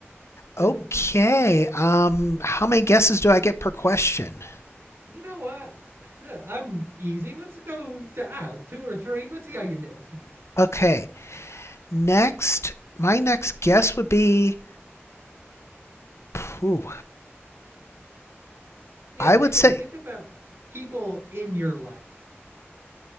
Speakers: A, on the right; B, on the left.
A: <laughs>
B: Okay. Um, how many guesses do I get per question?
A: You know what? I'm easy. Let's go to, ah, two or three. Let's see how you do.
B: Okay. Next, my next guess would be. Phew,
A: Yeah,
B: I
A: think
B: would say.
A: think about people in your life.